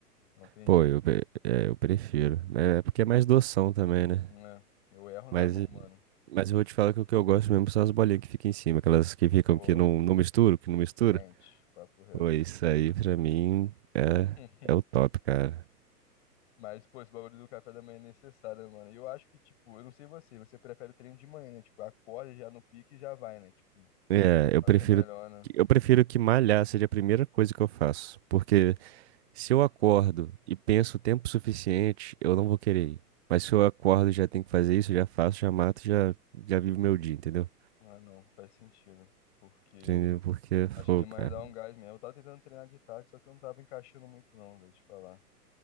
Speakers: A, on the left (about 45°); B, on the right (about 45°).
A: não tem
B: Pô,
A: jeito,
B: eu, pre- é, eu prefiro. É porque é mais doção também, né?
A: né? Eu erro na
B: Mas,
A: mão, mano.
B: mas eu vou te falar que o que eu gosto mesmo são as bolinhas que ficam em cima, aquelas que ficam
A: Pô,
B: que não, não misturam, que não mistura.
A: quente, papo reto.
B: Pô, isso aí pra mim é,
A: <laughs>
B: é o top, cara.
A: Mas, pô, esse bagulho do café da manhã é necessário, né, mano. E eu acho que, tipo, eu não sei você, você prefere treino de manhã, né? Tipo, acorda já no pique e já vai, né? Tipo,
B: É, eu
A: acha
B: prefiro,
A: melhor, né?
B: eu prefiro que malhar seja a primeira coisa que eu faço. Porque se eu acordo e penso o tempo suficiente, eu não vou querer ir. Mas se eu acordo e já tenho que fazer isso, eu já faço, já mato, já, já vivo meu dia, entendeu?
A: Ah, não, faz sentido. porque
B: Entendeu? Porque,
A: Acho
B: pô,
A: que de manhã
B: cara.
A: dá um gás mesmo. Eu tava tentando treinar de tarde, só que eu não tava encaixando muito, não, velho, te falar.